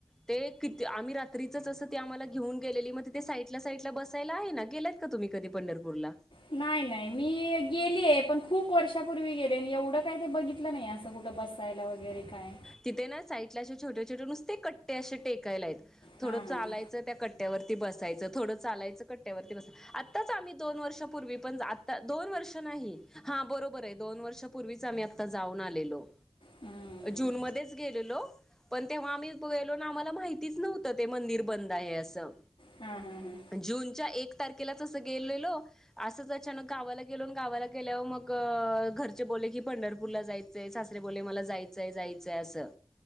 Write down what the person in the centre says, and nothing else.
ते किती आम्हीं रात्रीचं असं ते आम्हांला घेऊंन गेलेली मंग तिथे साईडंला साईडंला बसायंला आहे नां, गेल्या जातां कां तुम्हीं कधीं पंढरपूंरला?
तिथे नां साईडंला असे छोटे छोटे नुसते कट्टे असे टेकायला आहेतं थोडं
चालायचं त्यां कट्ट्यांवर ती बसायचं थोडं चालायचं कट्ट्यांवर ती बसायचं. आत्ताचं आम्हीं दोन वर्षांपूर्वी पणं आंता दोन वर्ष नाहीं हां बरोबर आहे दोन वर्षापूर्वीच आम्हीं आंता जाऊंन आलेलो.
जूंन मध्ये गेलो पणं तेंव्हां आम्हीं गेलो नां आम्हांला माहितीचं नव्हतं ते मंदिर बंद आहे असं.
जूनच्यां एक तारखेला चं असं गेलेलो. असंच अचांनक गावांला गेलो, अनं गावांला गेल्यांवर मंग घरचे बोले की पंढरपूरला जायचंय सासरे बोलले मलां जायचंय जायचंय असं.